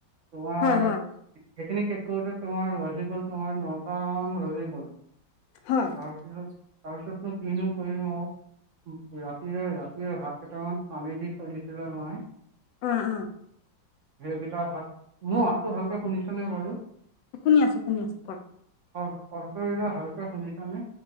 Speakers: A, on the right (about 55°); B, on the left (about 90°).
A: তোমাৰ
B: হয় হয়
A: সেইখিনি শেষ কৰোঁতে তোমাৰ বাজি গ'ল তোমাৰ নটা মন বাজি গ'ল।
B: হয়।
A: তাৰপিছত, তাৰপিছতনো কিনো কৰিম আঔ? ৰাতিৰে, ৰাতিয়ে ভাত কেইটামান পানী দি থৈ দিছিলে মাই-
B: অ' অ'।
A: সেইকেইটা ভাত, মোৰ মাতটো ভালকে শুনিছনে বাৰু?
B: শুনি আছোঁ, শুনি আছোঁ কোৱা।
A: অঁ শব্দবিলাক ভালকে শুনিছানে?